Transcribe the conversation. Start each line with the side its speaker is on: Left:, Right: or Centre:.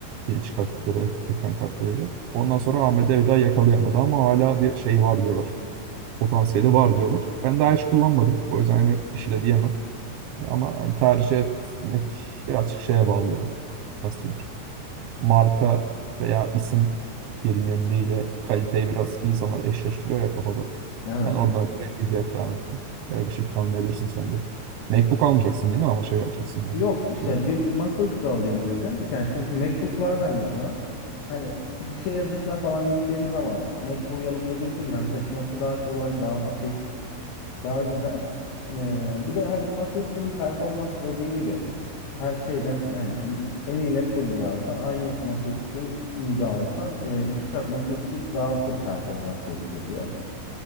Right: Yeni çıkarttıkları ek- ekran kartlarıyla. Ondan sonra AMD bir daha yakalayamadı ama hala bir şey var diyorlar. Potansiyeli var diyorlar. Ben daha hiç kullanmadım. O yüzden hani bir şey de diyemem. Ama hani tercih etmek birazcık şeye bağlı yani. Nasıl denir? marka veya isim bilinirliğiyle kaliteyi biraz insanlar eşleştiriyor ya kafada.
Left: evet.
Right: Ben oradan ötürü Nvidia'ya hep devam ettim. Böyle bir şey planlayabilirsin sen de. MacBook almayacaksın değil mi ama şey alacaksın yani.
Left: Yok işte
Right: Direkt.
Left: bir masaüstü alayım dedim. Yani çünkü MacBook var bende şu an. Hani şehir dışına falan gittiğim zaman MacBook'u yanımda götürmem. Hem taşıması daha kolay, daha hafif, daha güzel. Ee, bir de hani masaüstünün performansı dediğin gibi her şeyden hani en iyi laptop bile alsan aynı masaüstü de alsan e, iki kat masaüstü daha çok performans gösteriyor.